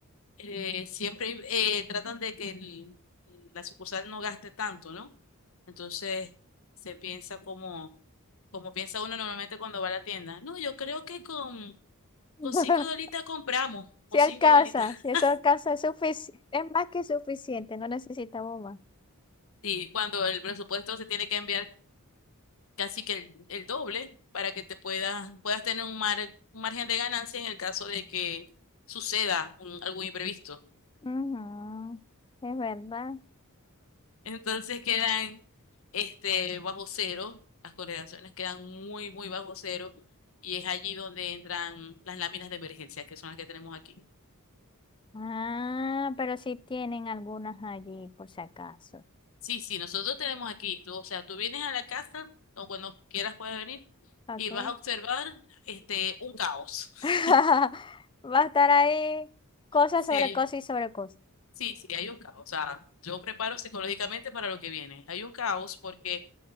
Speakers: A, on the left; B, on the left.
A: eh, siempre eh, tratan de que el- la sucursal no gaste tanto, ¿no? Entonces se piensa como, como piensa uno normalmente cuando va a la tienda. No, yo creo que con,
B: <laughs>
A: con cinco dolitas compramos,
B: Si
A: con
B: alcanza,
A: cinco dolitas. <laughs>
B: si eso alcanza, es sufici- es más que suficiente, no necesitamos más.
A: Y cuando el presupuesto se tiene que enviar casi que el, el doble para que te puedas, puedas tener un, mar, un margen de ganancia en el caso de que suceda un- algún imprevisto.
B: Ujú, Es verdad.
A: Entonces quedan este, bajo cero, las correlaciones quedan muy, muy bajo cero y es allí donde entran las láminas de emergencia, que son las que tenemos aquí.
B: Ah, pero sí tienen algunas allí, por si acaso.
A: Sí, sí, nosotros tenemos aquí, tú, o sea, tú vienes a la casa o cuando quieras puedes venir
B: Ok.
A: y vas a observar este, un caos.
B: <laughs>
A: <laughs>
B: Va a estar ahí cosas
A: Sí,
B: sobre cosas y sobre cosas.
A: Sí, sí, hay un caos. O sea, yo preparo psicológicamente para lo que viene. Hay un caos porque